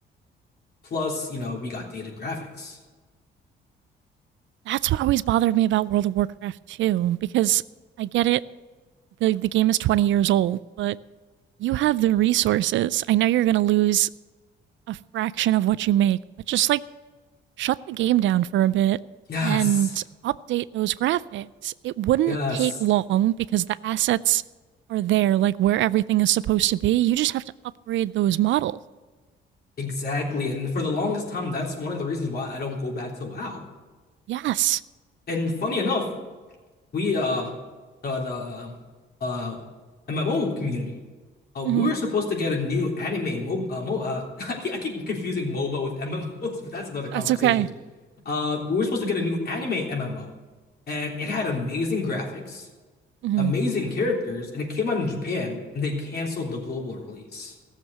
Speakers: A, on the left (about 55°); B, on the right (about 70°).
A: Plus, you know, we got dated graphics.
B: That's what always bothered me about World of Warcraft 2, because I get it, the, the game is 20 years old, but you have the resources. I know you're going to lose a fraction of what you make, but just like shut the game down for a bit
A: Yes,
B: and update those graphics. It wouldn't
A: yes,
B: take long because the assets are there, like where everything is supposed to be. You just have to upgrade those models.
A: exactly. And for the longest time, that's one of the reasons why I don't go back to WoW.
B: Yes.
A: And funny enough, we uh uh, the um, uh, MMO community. Uh, we
B: hmm
A: were supposed to get a new anime mo, uh, mo uh, <laughs> I keep, I keep confusing MOBA with <laughs> MMOs, but that's another conversation.
B: That's okay.
A: Uh, we were supposed to get a new anime MMO, and it had amazing graphics,
B: hmm
A: amazing characters, and it came out in Japan, and they canceled the global release.